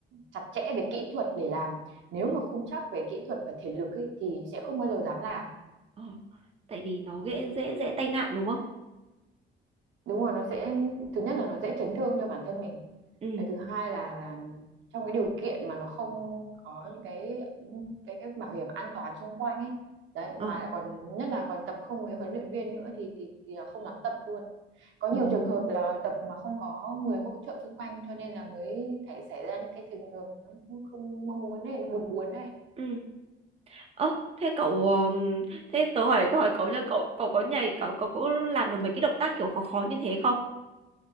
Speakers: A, on the right; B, on the right.
A: chặt chẽ về kỹ thuật để làm nếu
B: ừ,
A: mà không chắc về kỹ thuật và thể lực ấy, thì sẽ không bao giờ dám làm
B: ờ. tại vì nó dễ dễ dễ tai nạn đúng không
A: đúng rồi nó sẽ thứ nhất là nó dễ chấn thương cho bản thân mình
B: ừ
A: Cái thứ hai là là trong cái điều kiện mà nó không có những cái cái cái bảo hiểm an toàn xung quanh ấy đấy
B: ờ
A: mà lại còn nhất là còn tập không với huấn luyện viên nữa thì thì, thì là không dám tập luôn có nhiều
B: Ừ.
A: trường hợp là tập mà không có người hỗ trợ xung quanh cho nên là mới thể xảy ra những cái trường hợp nó không mong muốn này nó buồn buồn này
B: ừ Ơ, thế cậu ờm, thế tớ hỏi tớ hỏi cậu nhá, cậu cậu có nhảy cậu cậu có làm được mấy cái động tác kiểu khó khó như thế không?